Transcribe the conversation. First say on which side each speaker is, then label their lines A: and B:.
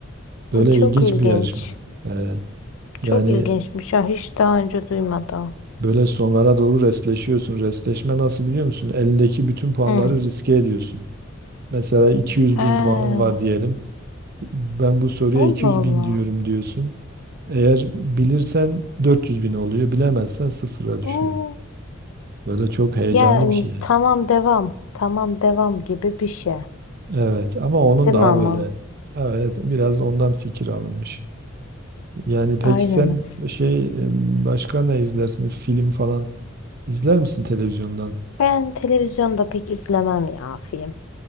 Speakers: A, on the right (about 50°); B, on the left (about 80°).
A: Böyle
B: Çok
A: ilginç
B: ilginç.
A: bir yarışma. Ee, yani
B: Çok ilginçmiş. Ha, hiç daha önce duymadım.
A: Böyle sonlara doğru restleşiyorsun. Restleşme nasıl biliyor musun? Elindeki bütün puanları
B: Hı.
A: riske ediyorsun. Mesela 200
B: He.
A: bin puanım var diyelim. Ben bu soruya
B: Allah
A: 200
B: Allah.
A: bin diyorum diyorsun. Eğer bilirsen 400 bin oluyor. Bilemezsen sıfıra düşüyor.
B: Oo,
A: Böyle çok heyecanlı
B: Yani
A: bir şey yani.
B: tamam devam, tamam devam gibi bir şey.
A: Evet ama onun
B: Değil
A: daha
B: mi ama?
A: böyle evet biraz ondan fikir alınmış. Yani peki
B: Aynen.
A: sen şey e, başka ne izlersin? Film falan izler misin televizyondan?
B: Ben televizyonda pek izlemem ya film.